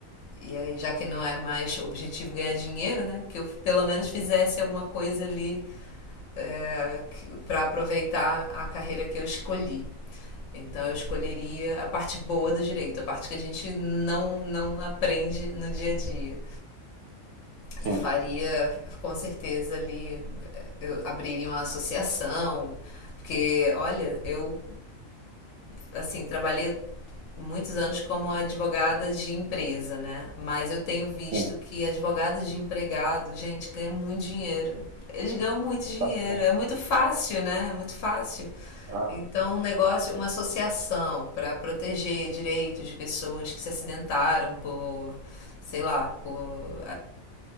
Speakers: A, on the left; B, on the right.
A: E aí, já que não é mais objetivo ganhar dinheiro, né? Que eu pelo menos fizesse alguma coisa ali é, para aproveitar a carreira que eu escolhi. Então eu escolheria a parte boa do direito, a parte que a gente não, não aprende no dia a dia.
B: sim,
A: E faria, com certeza, ali, eu abriria uma associação, porque, olha, eu assim, trabalhei muitos anos como advogada de empresa, né? Mas eu tenho visto
B: sim.
A: que advogado de empregado, gente, ganha muito dinheiro. Eles ganham muito dinheiro,
B: Bastante.
A: é muito fácil, né? É muito fácil.
B: Aham,
A: Então, um negócio, uma associação para proteger direitos de pessoas que se acidentaram por, sei lá, por